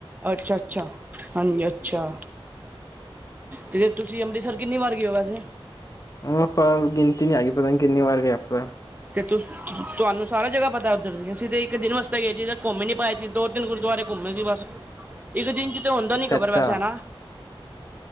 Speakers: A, on the right; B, on the left.
A: ਅੱਛਾ ਅੱਛਾ, ਹਾਂਜੀ ਅੱਛਾ, ਤੇ ਤੁਸੀਂ ਅੰਮਿਤਸਰ ਕਿੰਨੀ ਵਾਰ ਗਏ ਔ ਵੈਸੇ
B: ਹੂਣ ਆਪਾ ਗਿਣਤੀ ਨਹੀ ਹੈਗੀ ਪਤਾ ਨੀ ਕਿਨੀ ਵਾਰ ਗਏ ਆਂ ਆਪਾ।
A: ਕੇ ਤੁ ਤੁਹਾਨੂੰ, ਸਾਰਾ ਜਗ੍ਹਾ ਪਤਾ ਉੱਦਰ ਦਿਆਂ ਅਸੀਂ ਤੇ ਇੱਕ ਦਿਨ ਵਾਸਤੇ ਗਏ ਸੀ ਤੇ ਘੁੰਮ ਨੀ ਪਈ ਜੀ ਦੋ ਤਿੰਨ ਗੁਰਦੁਆਰੇ ਘੁੰਮੇ ਸੀ ਬਸ, ਇਕ ਦਿਨ 'ਚ ਤੇ ਹੁੰਦਾ
B: ਅੱਛਾ
A: ਨੀ ਸਫਰ
B: ਅੱਛਾ
A: ਵੈਸੇ ਹੈਨਾ।